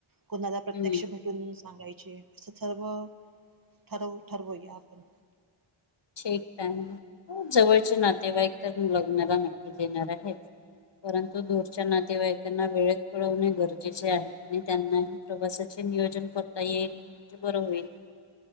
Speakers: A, on the right (about 45°); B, on the left (about 60°).
A: कोणाला प्रत्यक्ष
B: हम्म
A: भेटून सांगायचे असं सर्व. ठरवू ठरवूया आपण.
B: ठीक आहे. खुप जवळचे नातेवाईक तर लग्नाला नक्की येणार आहे. परंतु दूरच्या नातेवाईकांना वेळेत कळवणे गरजेचे आहे. आणि त्यांनाही प्रवासाचे नियोजन करता येईल म्हणजे बरं होईल.
A: ह.